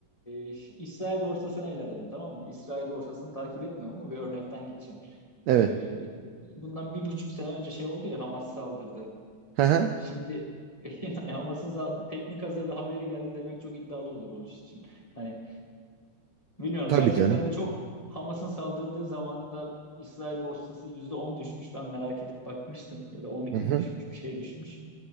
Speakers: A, on the left; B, on the right.
A: ee, ş- İsrail borsasını ele alalım tamam mı? İsrail borsasını takip etmiyorum ama bir örnekten gideceğim.
B: Evet.
A: Ee, bundan bir buçuk sene önce şey oldu ya Hamas saldırdı.
B: Hı hı.
A: Şimdi <laughs> yani Hamas'ın za- teknik hazırda haberi geldi demek çok iddialı olur o iş için. Hani Bilmiyorum
B: Tabii
A: gerçekten
B: canım.
A: de çok Hamas'ın saldırdığı zaman da İsrail borsası %10 düşmüş. Ben merak edip bakmıştım. Ya da on iki
B: Hı hı.
A: mi düşmüş bir şey düşmüş.